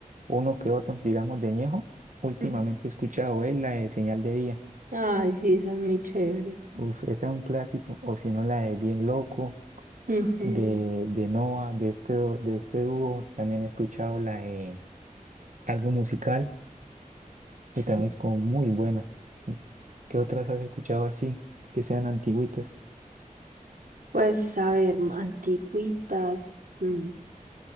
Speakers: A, on the right; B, on the right.
A: uno que otro, digamos, de Ñejo. Últimamente
B: Mm.
A: he escuchado es la de Señal de Día.
B: Ay, sí, esa es muy chévere.
A: Uf, esa es un clásico. O si no, la de Bien Loco,
B: Ujú,
A: de, de Noah, de este, do- de este dúo. También he escuchado la de Algo Musical,
B: sí.
A: que también es como muy buena. ¿Qué otras has escuchado así, que sean antiguitas?
B: Pues, a ver, antiguitas. Mm.